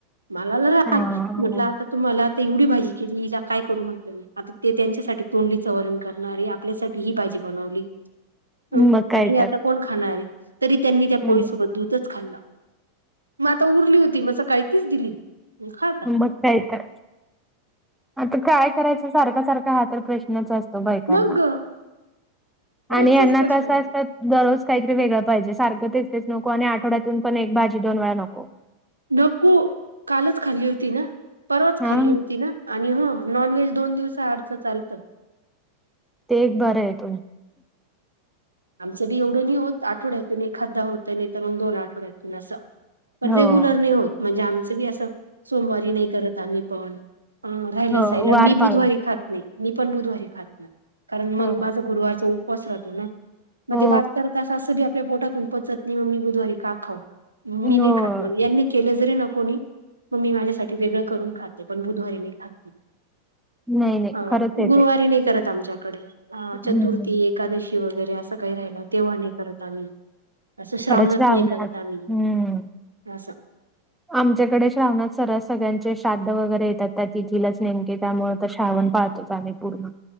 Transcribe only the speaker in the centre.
हा
मग काय
तर
हम्म.
मग काय तर आता काय करायचं सारख सारखा हा तर प्रश्नच असतो. तो बायकांना
आणि यांना
कस
असत. दररोज काहीतरी वेगळं पाहिजे सारखं तेच तेच नको आणि आठवड्यातून पण एक भाजी दोन वेळा नको.
हा
ते एक बरं आहे तु
हो
हो वार
पाळून
ह
हो
हो
नाही नाही
खरंच येते
हम्म
परत
हम्म
आमच्याकडे श्रावणात सरास सगळ्यांचे श्राद्ध वगैरे येतात. त्या तिथीलाच नेमके त्यामुळे तर श्रावण पाळतोच आम्ही पूर्ण,